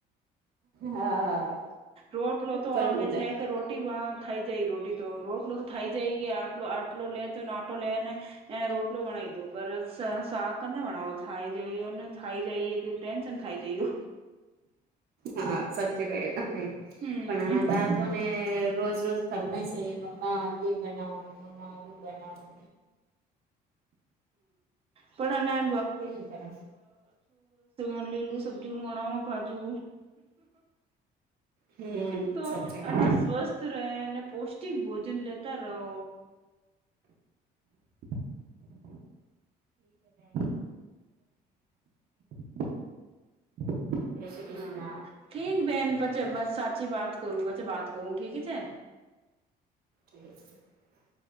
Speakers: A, on the right; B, on the right.
A: હા
B: રોટલો તો
A: પણ
B: આપે છે કે રોટી અ થઈ જાય રોટી તો રોટલો તો થાય જાય કે આટલો આટલો લેતો આટોલેને રોટ આટલો વણાદો પર સાાકરને વણાવો થાય જયયો થાય જાયએ કે ટેન્શન થાય જયું
A: હા સાચી કહી તમે
B: હમ
A: પણ આના બાળકોને રોજ રોજ ફરમાય છે મમ્મા એ બનાવો મમ્મા એ બનાવો
B: પણ અને
A: કેમ કરે
B: <unintelligible> લીલું સબ્જુ બનાવા ભાજુ
A: હમ
B: તો
A: સાચું કહ્યું
B: અના સ્વસ્થ રહે પૌષ્ટિક ભોજન લેતા રહો
A: <inaudible> <inaudible> શ્રી કૃષ્ણ
B: હા ઠીક બેન પચ બસ સાચી વાત કરું પછી બાત કરું ઠીક છે
A: <inaudible>